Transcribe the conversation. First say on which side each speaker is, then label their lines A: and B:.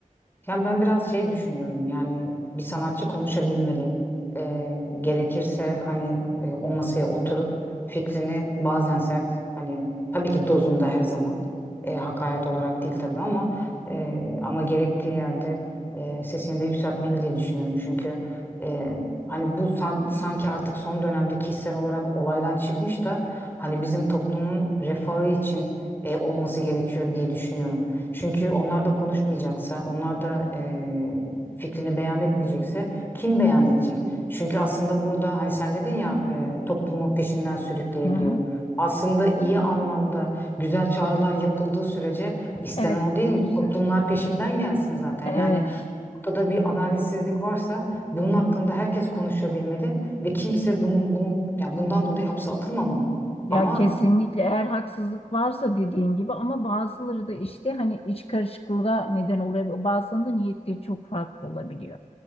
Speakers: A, on the left; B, on the left.
A: yani ben biraz şey düşünüyorum. Yani bir sanatçı konuşabilmeli. Ee, gerekirse hani e, o masaya oturup fikrini bazen sert hani tabii ki dozunda her zaman e, hakaret olarak değil tabii ama e, ama gerektiği yerde e, sesini de yükseltmeli diye düşünüyorum. Çünkü e, hani bu san- sanki artık son dönemde kişisel olarak olaydan çıkmış da hani bizim toplumun refahı için e, olması gerekiyor diye düşünüyorum. Çünkü onlar da konuşmayacaksa, onlar da eee, fikrini beyan etmeyecekse kim beyan edecek? Çünkü aslında burada hani sen dedin ya eee, toplumu peşinden sürükleyebiliyor.
B: Hı.
A: Aslında iyi anlamda güzel çağrılar yapıldığı sürece istenen
B: Evet
A: o değil
B: bu güzel.
A: mi? Toplumlar peşinden gelsin zaten.
B: Evet.
A: Yani ortada bir adaletsizlik varsa bunun hakkında herkes konuşabilmeli ve kimse bunun, bunun ya bundan dolayı hapse atılmamalı.
B: Ya
A: Ama
B: kesinlikle eğer haksızlık varsa dediğin gibi ama bazıları da işte hani iç karışıklığa neden oluyor. Bazılarında niyetleri çok farklı olabiliyor.